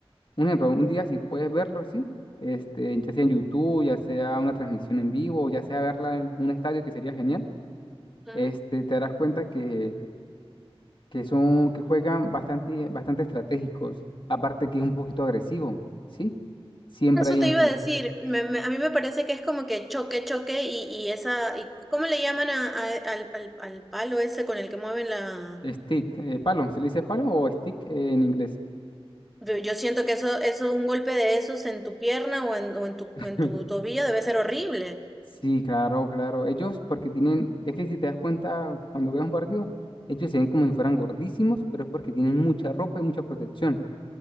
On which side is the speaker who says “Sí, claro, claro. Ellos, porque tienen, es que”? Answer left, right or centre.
Left